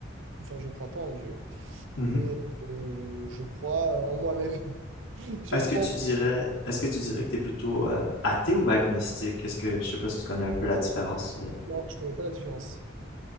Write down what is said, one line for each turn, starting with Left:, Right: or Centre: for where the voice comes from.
Right: Enfin, je crois pas en Dieu.
Left: mhm.
Right: Et euh, je crois en moi-même. <laughs> Je
Left: Est-ce
Right: crois
Left: que tu
Right: en...
Left: dirais, est-ce que tu dirais que t'es plutôt euh, athée ou agnostique? Est-ce que, je sais pas si tu connais un peu la différence euh,
Right: Non, je connais pas la différence.